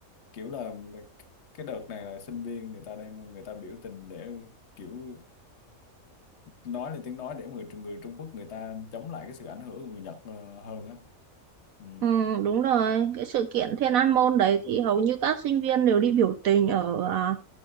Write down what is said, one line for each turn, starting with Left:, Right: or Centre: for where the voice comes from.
Left: kiểu là cái đợt này là sinh viên người ta đem người ta biểu tình để kiểu nói lên tiếng nói để người người Trung Quốc người ta chống lại cái sự ảnh hưởng của người Nhật ờ, hơn á Ừ.
Right: Ừm, đúng rồi cái sự kiện Thiên An Môn đấy thì hầu như các sinh viên đều đi biểu tình ở à,